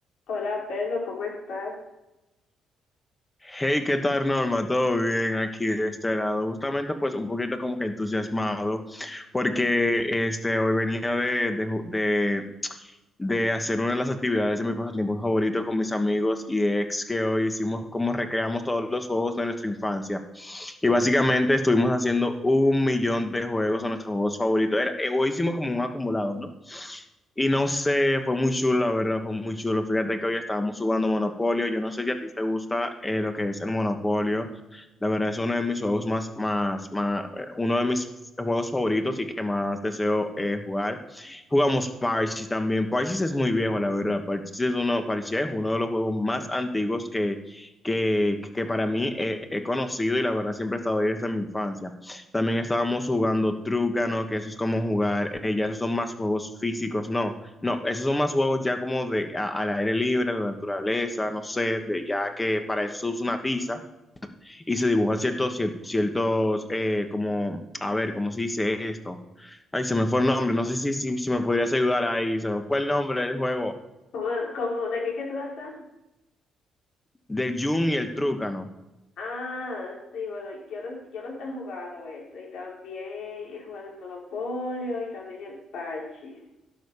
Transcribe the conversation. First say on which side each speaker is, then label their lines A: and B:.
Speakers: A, on the left (about 80°); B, on the left (about 20°).
A: Hola Pedro, ¿cómo estás?
B: Hey, ¿qué tal, Norma? ¿Todo bien aquí de este lado? Justamente, pues, un poquito como que entusiasmado, porque este, hoy venía de, de, ju- de- de hacer una de las actividades de mi pasatiempo favorito con mis amigos y ex que hoy hicimos como recreamos todos los juegos de nuestra infancia. Y básicamente estuvimos haciendo un millón de juegos, o nuestros juegos favoritos. Era, eh, hoy hicimos como un acumulado, ¿no? Y no sé, fue muy chulo, la verdad, fue muy chulo. Fíjate que hoy estábamos jugando Monopolio. Yo no sé si a ti te gusta eh, lo que es el Monopolio. La verdad es uno de mis juegos más, más, más, eh, uno de mis juegos favoritos y que más deseo eh, jugar. Jugamos Parchís también. Parchís es muy viejo, la verdad. Parchís es uno, Parchís es uno de los juegos más antiguos que, que, que para mí eh, he conocido y la verdad siempre he estado ahí desde mi infancia. También estábamos jugando Trúcano, que eso es como jugar, eh, ya esos son más juegos físicos, no, no, esos son más juegos ya como de a- al aire libre, a la naturaleza, no sé, de ya que para eso se usa una tiza y se dibujan ciertos, cier- ciertos, eh, como, a ver, ¿cómo se dice esto? Ay, se me fue el nombre, no sé si, si, si me podrías ayudar ahí, se me fue el nombre del juego,
A: ¿Cómo, cómo, de qué que trata?
B: del yun y el Trúcano.
A: Ah, sí, bueno, yo los, yo los he jugado eso y también he jugado el Monopolio y también el Parchís.